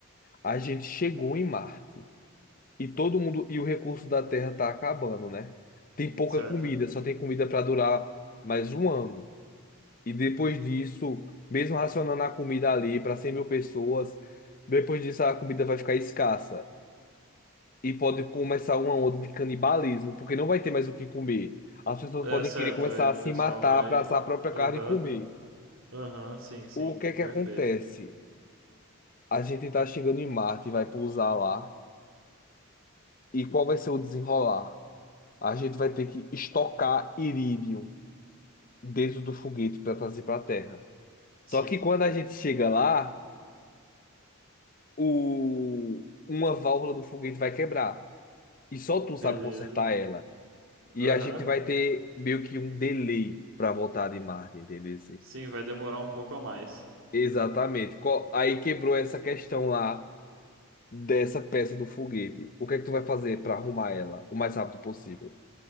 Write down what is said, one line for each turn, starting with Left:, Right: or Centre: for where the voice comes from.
Left: A gente chegou em Marte. E todo mundo, e o recurso da terra tá acabando, né? Tem pouca
Right: Certo.
Left: comida, só tem comida para durar mais um ano. E depois disso, mesmo racionando a comida ali para cem mil pessoas, depois disso a comida vai ficar escassa. E pode começar uma onda de canibalismo, porque não vai ter mais o que comer. As pessoas
Right: É,
Left: podem
Right: certo.
Left: querer começar
Right: Aí
Left: a
Right: o
Left: se
Right: pessoal
Left: matar
Right: vai.
Left: para assar a própria
Right: Aham.
Left: carne e comer.
Right: Aham. Sim, sim.
Left: O que é que
Right: Perfeito.
Left: acontece? A gente tá chegando em Marte, vai pousar lá. E qual vai ser o desenrolar? A gente vai ter que estocar irídio. dentro do foguete para trazer para a Terra.
Right: Sim.
Left: Só que quando a gente chega lá, o... uma válvula do foguete vai quebrar. E só tu
Right: Beleza.
Left: sabe consertar ela. E
Right: Aham.
Left: a gente vai ter meio que um delay para voltar de Marte, entendeu?
Right: Sim, vai demorar um pouco a mais.
Left: Exatamente. Qual- Aí quebrou essa questão lá dessa peça do foguete. O que é que tu vai fazer para arrumar ela o mais rápido possível?